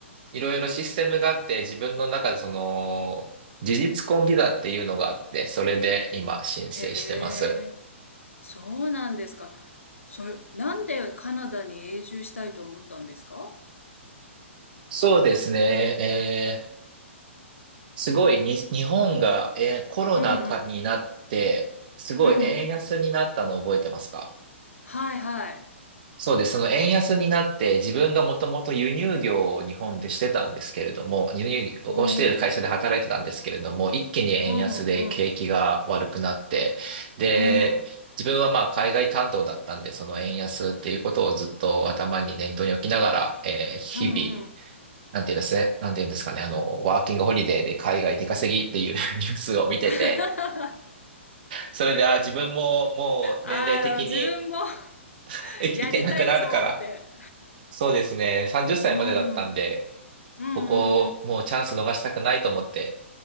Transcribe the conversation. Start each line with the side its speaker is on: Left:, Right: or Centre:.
Right: いろいろシステムがあって自分の中でその事実婚ビザっていうのがあって、それで今申請してます。
Left: へえ。そうなんですか。それ、なんでカナダに永住したいと思ったんですか
Right: そうですね。えーすごいに、日本が、えーコロナ禍になって、
Left: うん
Right: すごい円安になったの覚えてますか
Left: うん。うん。はいはい。
Right: そうです。その円安になって、自分がもともと輸入業を日本でしてたんですけれども、輸入をしている会社で働いてたんですけれども、
Left: おー。
Right: 一気に円安で景気が悪くなって、
Left: うんうん。
Right: で、
Left: うん。
Right: 自分はまあ海外担当だったんで、その円安っていうことをずっと頭に念頭に置きながら、えー日々、
Left: うんうん。
Right: なんていうんですね、なんていうんですかね、あの、ワーキングホリデーで海外出稼ぎっていう <laughs> ニュースを見てて、
Left: <laughs>
Right: それで、あ、自分ももう年齢的に
Left: ああ、自分も <laughs>
Right: <laughs> いけなくなるから、
Left: やりたいぞって。
Right: そうですね。30歳までだったんで、
Left: うん。うんうんうん。
Right: ここもうチャンス逃したくないと思って、